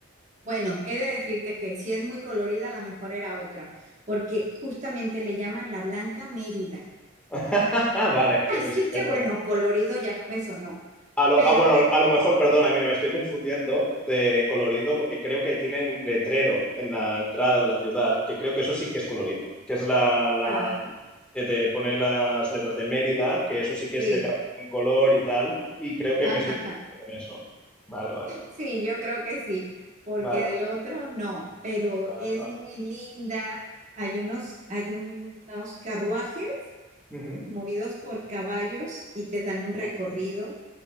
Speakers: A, on the right; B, in the centre.
A: Bueno, he de decirte que si es muy colorida, la mejor era otra, porque justamente le llaman la Blanca Mérida.
B: <laughs> Vale,
A: <laughs> Así
B: pues estupendo.
A: que bueno, colorido ya no me sonó,
B: A lo,
A: pero
B: ah, bueno,
A: de...
B: a lo mejor, perdona, mira, me estoy confundiendo de colorido porque creo que tiene un letrero en la entrada de la ciudad, que creo que eso sí que es colorido, que es la, la-
A: ah,
B: que te pone las letras de Mérida, que eso sí que
A: sí,
B: es de cada un color y tal, y creo que
A: <laughs>
B: me estoy contento con eso. Vale, vale,
A: sí, yo creo que sí, porque
B: vale,
A: del
B: vale,
A: otro no, pero
B: vale,
A: es
B: vale.
A: muy linda. Hay unos, hay unos carruajes
B: Ujú,
A: movidos por caballos y te dan un
B: guau,
A: recorrido.